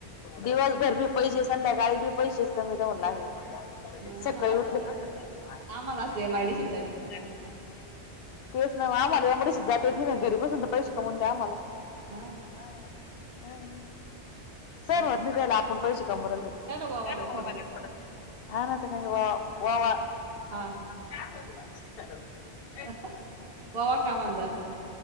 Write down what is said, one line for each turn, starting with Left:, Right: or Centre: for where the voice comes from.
Left: दिवसभर बी पैसे संध्याकाळी बी पैसेच कमी <unintelligible>
Right: मग
Left: सकाळी
Right: आम्हाला असं
Left: उठल की.
Right: आम्हाला असं एम आय डी सीत जायचं काम
Left: <unintelligible> तेच ना आम्हाला एम आय डी सी त जात होती ना घरी बसून तर पैसे कमवून द्या आम्हाला.
Right: हां.
Left: हा हाय. सहन
Right: आम्ही
Left: होत
Right: काय
Left: नाही त्याला आपण पैसे कमवू राहिलोत
Right: त्याला वावा
Left: <inaudible>
Right: द्या थोडस
Left: हा नाय त काय वा वोवा काय
Right: हा हा
Left: हवय तुला <inaudible>
Right: <inaudible>